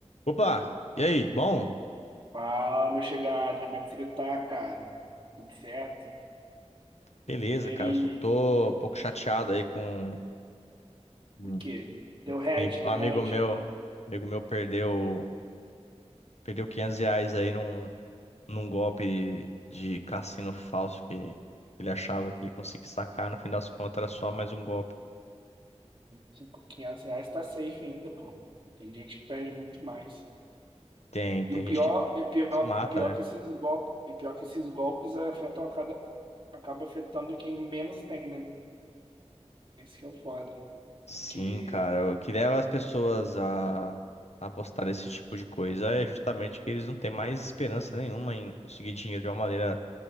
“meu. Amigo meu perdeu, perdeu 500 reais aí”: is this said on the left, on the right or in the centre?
Left